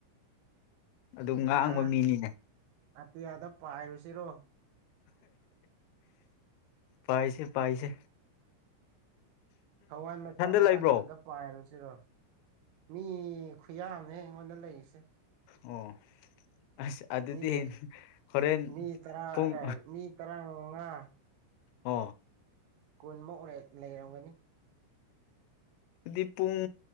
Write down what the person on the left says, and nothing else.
ꯑꯗꯨꯝ ꯉꯥꯡꯕ
ꯃꯤꯅꯤꯅꯦ
ꯄꯥꯏꯁ ꯄꯥꯏꯁ
ꯂꯩꯕ꯭ꯔꯣ
ꯑꯣ ꯑꯁ ꯑꯗꯨꯗꯤ
ꯍꯣꯔꯦꯟ
ꯄꯨꯡ
ꯑ
ꯗꯤ ꯄꯨꯡ